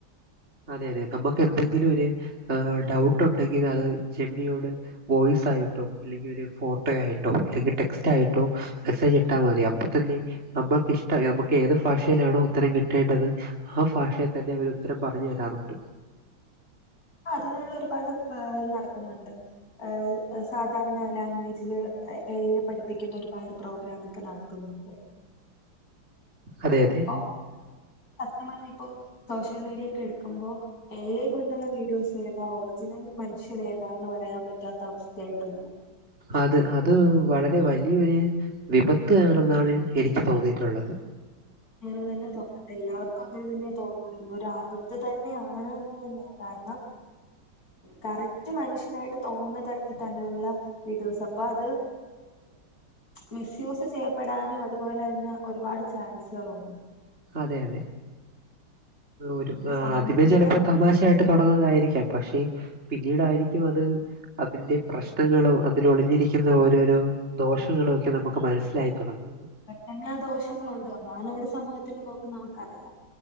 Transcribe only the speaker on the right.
അതെ അതെ, നമുക്കെന്തെങ്കിലു ഒര് ഏഹ് ഡൗട്ടുണ്ടെങ്കില് അത്, ജെമിനിയോട് വോയിസായിട്ടോ ഇല്ലെങ്കി ഒരു ഫോട്ടോ ആയിട്ടോ ഇല്ലെങ്കി ടെക്സ്റ്റായിട്ടോ മെസ്സേജ് ഇട്ടാ മതി. അപ്പ ത്തന്നെ നമുക്ക് ഇഷ്ട നമുക്ക് ഏത് ഭാഷയിലാണോ ഉത്തരം കിട്ടേണ്ടത് ആ ഭാഷയെ തന്നെ അവര് ഉത്തരം പറഞ്ഞു തരും. തരാറുണ്ട്
അതെ അതെ
അത് അത് വളരെ വലിയൊരു വിപത്ത് ആണെന്നാണ് എനിക്ക് തോന്നിയിട്ടുള്ളത്.
അതെയതെ ഒരു
ആദ്യമേ ചെലപ്പൊ തമാശയായിട്ട് തൊടങ്ങുന്നതായിരിക്കാം പക്ഷേ, പിന്നീടായിരിക്കും അത് അതിന്റെ പ്രശ്നങ്ങളും അതിൽ ഒളിഞ്ഞിരിക്കുന്ന ഓരോരോ ദോഷങ്ങളും ഒക്കെ നമുക്ക് മനസ്സിലായി തുടങ്ങുന്നത്